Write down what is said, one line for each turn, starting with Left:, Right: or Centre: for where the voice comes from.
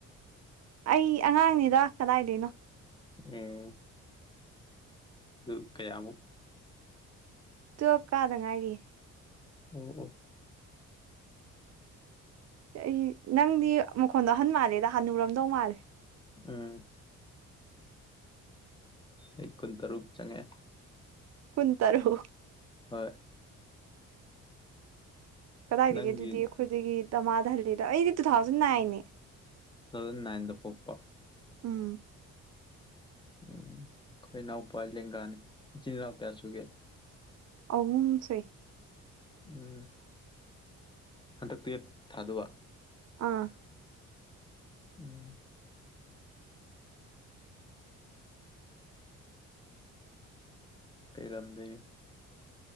Right: ꯑꯩ ꯑꯉꯥꯡꯅꯤꯗ ꯀꯗꯥꯏꯗꯩꯅꯣ
Left: ꯎꯝ ꯑꯗꯨ ꯀꯌꯥꯃꯨꯛ
Right: ꯇꯨꯞ ꯀꯥꯗ ꯉꯥꯏꯔꯤ
Left: ꯎꯝ ꯎꯝ
Right: ꯑꯩ ꯅꯪꯗꯤ ꯃꯈꯣꯟꯗꯣ ꯑꯍꯟ ꯃꯥꯜꯂꯦꯗ ꯍꯅꯨꯔꯝꯗꯧ ꯃꯥꯜꯂꯦ
Left: ꯎꯝ ꯑꯩ ꯀꯨꯟ ꯇꯔꯨꯛ ꯆꯪꯉꯛꯑꯦ
Right: ꯀꯨꯟ ꯇꯔꯨꯛ
Left: ꯍꯣꯏ
Right: ꯀꯗꯥꯏꯗꯒꯤ
Left: ꯅꯪꯒꯤ
Right: ꯑꯗꯨꯗꯤ
Left: ꯇꯨ
Right: ꯑꯩꯈꯣꯏꯗꯒꯤ ꯗꯝꯃꯥꯗ ꯍꯜꯂꯤꯗꯣ ꯑꯩꯗꯤ ꯇꯨ ꯊꯥꯎꯖꯟ ꯅꯥꯏꯟꯅꯦ
Left: ꯇꯨꯊꯥꯎꯖꯟ ꯅꯥꯏꯟꯗ ꯄꫭꯛꯄ
Right: ꯎꯝ
Left: ꯎꯝ ꯑꯩꯈꯣꯏ ꯏꯅꯥꯎꯄ ꯂꯦꯡꯒꯥꯅꯤ ꯏꯆꯤꯟꯜ ꯏꯅꯥꯎ ꯀꯌꯥ ꯁꯨꯒꯦ
Right: ꯑꯍꯨꯝ ꯁꯨꯏ
Left: ꯎꯝ ꯍꯟꯗꯛ ꯇꯨꯋꯦꯞ ꯊꯥꯗꯣꯕ
Right: ꯑꯥ
Left: ꯎꯝ ꯀꯩ ꯂꯝꯗꯩ